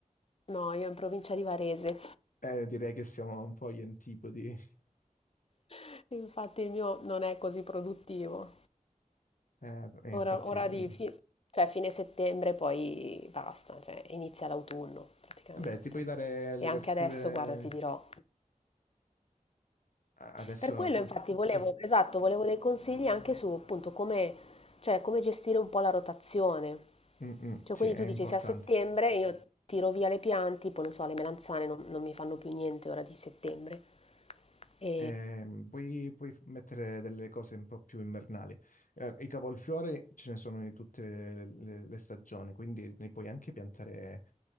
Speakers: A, on the left; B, on the left.
A: No, io in provincia di Varese,
B: Eh, direi che siamo un po' agli antipodi.
A: <laughs> infatti il mio non è così produttivo.
B: Eh, eh,
A: Ora,
B: infatti,
A: ora
B: eh,
A: di fi- cioè fine settembre poi basta, cioè inizia l'autunno praticamente.
B: vabbè, ti puoi dare le
A: E anche
B: verdure
A: adesso, guarda, ti dirò.
B: a- adesso.
A: Per quello
B: que-
A: infatti volevo,
B: que-
A: esatto, volevo dei consigli anche su appunto come, cioè, come gestire un po' la rotazione.
B: Mm, mm,
A: Cioè,
B: sì,
A: quindi
B: è
A: tu
B: importante.
A: dici se a settembre io tiro via le piante, tipo, non so, le melanzane non, non mi fanno più niente ora di settembre. E,
B: Ehm, puoi, puoi mettere delle cose un po' più invernali. Eh, i cavolfiori ce ne sono in tutte le, le- le stagioni, quindi ne puoi anche piantare